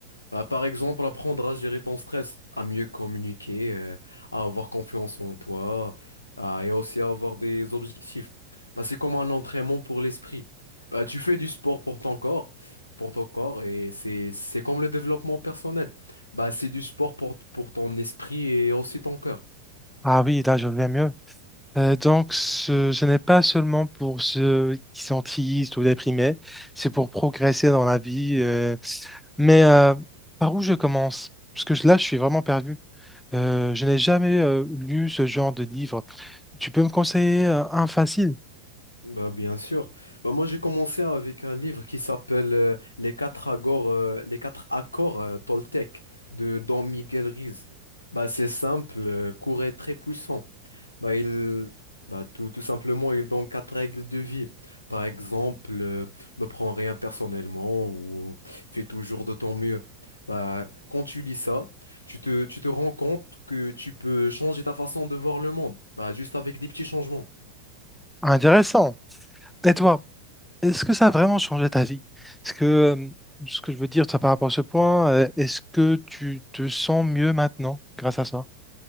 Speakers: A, on the left; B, in the centre.
A: Bah, par exemple, apprendre à gérer ton stress, à mieux communiquer, euh, à avoir confiance en toi, à- et aussi à avoir des objectifs. Bah, c'est comme un entraînement pour l'esprit. Bah, tu fais du sport pour ton corps, pour ton corps, et c'est, c'est comme le développement personnel. Bah, c'est du sport pour, pour ton esprit et aussi ton cœur.
B: Ah oui, là, je vais mieux. Euh, donc, ce, ce n'est pas seulement pour ceux qui sont tristes ou déprimés, c'est pour progresser dans la vie. euh. Mais euh, par où je commence? Parce que là, je suis vraiment perdu. Euh, je n'ai jamais euh, lu ce genre de livre. Tu peux me conseiller euh, un facile,
A: Bah, bien sûr. Bah, moi, j'ai commencé avec un livre qui s'appelle euh, Les quatre accords, euh, Les quatre accords euh, Toltec de Don Miguel Ruiz. Bah, c'est simple, euh, court et très puissant. Bah, il, bah, tout, tout simplement, il donne quatre règles de vie. Par exemple, euh, ne prends rien personnellement ou fais toujours de ton mieux. Bah, quand tu lis ça, tu te, tu te rends compte que tu peux changer ta façon de voir le monde. Bah, juste avec des petits changements.
B: intéressant. Et toi, est-ce que ça a vraiment changé ta vie? Est-ce que euh, ce que je veux dire toi, par rapport à ce point, euh, est-ce que tu te sens mieux maintenant grâce à ça?